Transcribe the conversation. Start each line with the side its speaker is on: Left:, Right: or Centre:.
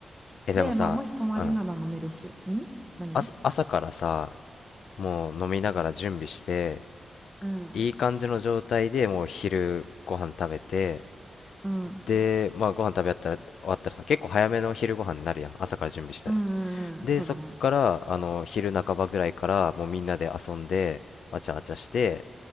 Left: え、でもさ、
Centre: で、まあ、もし泊まりなら飲めるし。
Left: うん、
Centre: ん何
Left: 朝朝からさ、もう飲みながら準備して、
Centre: うん。
Left: いい感じの状態でもう昼ご飯食べて
Centre: うん。うん
Left: でまあご飯食べ終わったら終わったらさ結構早めの昼ご飯になるやん朝から準備したら
Centre: うんうん。
Left: でそっからあの昼半ばぐらいからもうみんなで遊んでわちゃわちゃして
Centre: そうだね。